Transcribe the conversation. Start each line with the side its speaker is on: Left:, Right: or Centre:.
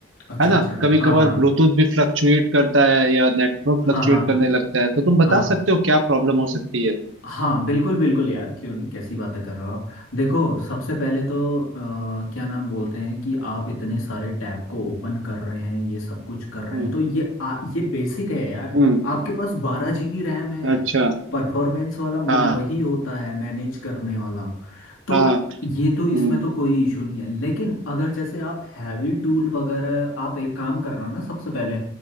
Left: अच्छा
Right: है ना
Left: अच्छा
Right: कभी
Left: हाँ
Right: कभार
Left: हाँ
Right: ब्लूटूथ भी फ्लक्चुएट करता है या नेटवर्क फ्लक्चुएट
Left: हाँ हाँ
Right: करने लगता है तो तुम बता
Left: हाँ
Right: सकते हो क्या प्रॉब्लम हो सकती है
Left: हाँ बिल्कुल बिल्कुल यार क्यों नहीं कैसी बातें कर रहे हो आप देखो सबसे पहले
Right: हम्म
Left: तो अ, क्या नाम बोलते हैं कि आप इतने सारे टैब को ओपन कर रहे हैं ये सब कुछ कर रहे
Right: हम्म
Left: हैं तो ये आ, ये बेसिक है यार
Right: हम्म,
Left: आपके पास बारह जीबी रैम है
Right: अच्छा
Left: परफॉर्मेंस वाला मेन
Right: हाँ
Left: वही होता है मैनेज करने वाला तो
Right: हाँ
Left: ये तो इसमें
Right: हम्म
Left: तो कोई इशू नहीं है लेकिन अगर जैसे आप हैवी टूल वगैरह आप एक काम करना ना सबसे पहले